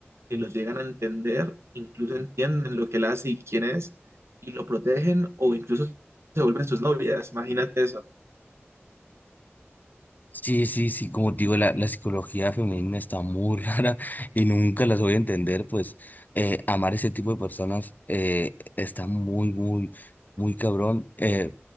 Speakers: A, on the right; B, on the left.
A: que lo llegan a entender, incluso entienden lo que él hace y quién es, y lo protegen o incluso se vuelven sus novias. Imagínate eso.
B: Sí, sí, sí, como te digo, la, la psicología femenina está muy <laughs> rara y nunca las voy a entender, pues eh, amar ese tipo de personas eh, está muy, muy, muy cabrón. Eh,